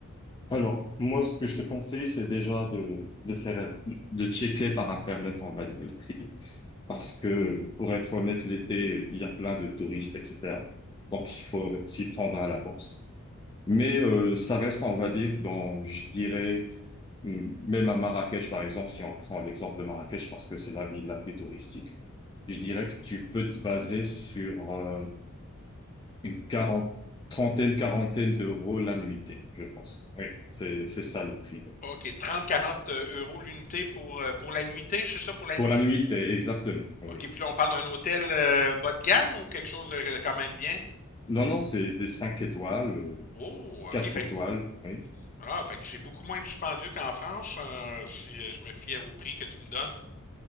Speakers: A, on the left (about 20°); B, on the left (about 40°).
A: Alors, moi, ce que je te conseille, c'est déjà de, de faire, de checker par Internet, on va dire, le prix. Parce que, pour être honnête, l'été, il y a plein de touristes, etc. Donc, il faut s'y prendre à l'avance. Mais euh, ça reste, on va dire, dans, je dirais, hum, même à Marrakech, par exemple, si on prend l'exemple de Marrakech, parce que c'est la ville la plus touristique, je dirais que tu peux te baser sur euh, une quarante, trentaine, quarantaine d'euros la nuitée, je pense. Oui, c'est, c'est ça le prix.
B: OK, 30-40 euros l'unité pour, euh, pour la nuitée, c'est ça pour la
A: Pour
B: nuit?
A: la nuitée, exactement. Oui.
B: OK, puis là, on parle d'un hôtel euh, bas de gamme ou quelque chose de, de quand même bien?
A: Non, non, c'est des cinq étoiles, euh,
B: Oh,
A: quatre
B: OK, fait,
A: étoiles.
B: que-
A: Oui.
B: ah, fait que c'est beaucoup moins dispendieux qu'en France, euh, si euh, je me fie au prix que tu me donnes.